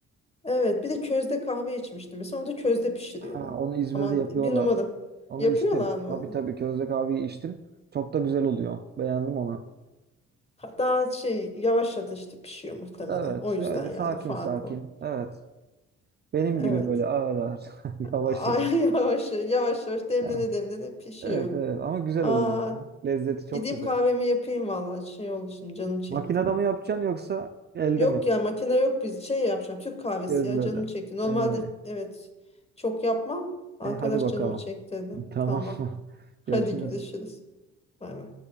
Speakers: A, on the left (about 20°); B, on the right (about 35°).
A: evet bir de közde kahve içmiştim. Mesela onu da közde pişiriyorlar.
B: Ha, onu İzmir'de
A: Aman
B: yapıyorlar.
A: bir numara.
B: Onu
A: Yapıyorlar
B: içtim.
A: mı
B: Tabii
A: onu?
B: tabii közde kahveyi içtim. Çok da güzel oluyor. Beğendim onu.
A: Daha şey yavaş ateşte pişiyor muhtemelen.
B: Evet.
A: O yüzden
B: Öyle
A: yani
B: sakin
A: fark
B: sakin.
A: o.
B: Evet. Benim
A: Evet.
B: gibi böyle ağır ağır. <laughs> Yavaş
A: Ay,
B: yavaş.
A: <laughs> yavaş yavaş yavaş demlene
B: Ha,
A: demlene pişiyor.
B: Evet evet ama güzel
A: Aa,
B: oluyor ya. Lezzeti çok
A: Gideyim
B: güzel.
A: kahvemi yapayım vallahi şey oldu şimdi canım çekti.
B: Makinede mi yapacaksın yoksa elde
A: Yok
B: mi?
A: ya makine yok biz şey yapacağım Türk kahvesi
B: Gözlerde.
A: ya canım çekti. Normalde
B: Evet.
A: evet çok yapmam. Arkadaş
B: E, hadi bakalım.
A: canımı çekti dedi.
B: Tamam
A: Tamam.
B: <laughs> mı?
A: Hadi
B: Görüşürüz.
A: görüşürüz. Bay bay.